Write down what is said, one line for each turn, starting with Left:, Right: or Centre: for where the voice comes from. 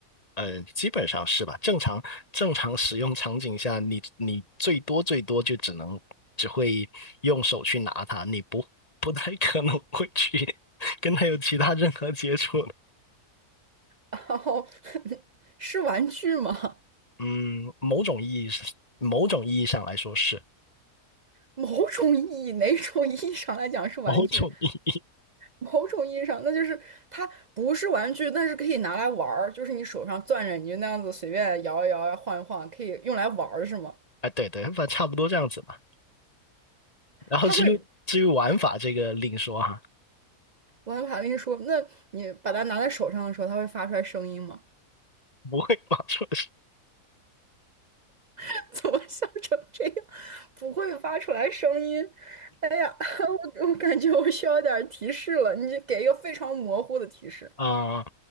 Left: 呃，基本上是吧？正常正常使用场景下，你你最多最多就只能只会用手去拿它，你不不太可能会去 <laughs> 跟它有其他任何接触的
Right: 然后 <laughs> 是玩具吗？
Left: 嗯，某种意义上，某种意义上来说是
Right: 某种意义，哪种意义上来讲是玩具？
Left: 某种意义
Right: 某种意义上，那就是它不是玩具，但是可以拿来玩儿，就是你手上攥着，你就那样子随便摇一摇啊、晃一晃，可以用来玩儿，是吗？
Left: 啊，对对，反正差不多这样子吧。然后至于至于玩法这个另说哈，
Right: 它会，我还怕跟你说，那你把它拿在手上的时候，它会发出来声音吗？
Left: 不会玩出来。
Right: <laughs> 怎么笑成这样？不会发出来声音。哎呀，<laughs> 我我感觉我需要点儿提示了，你给一个非常模糊的提示。
Left: 啊、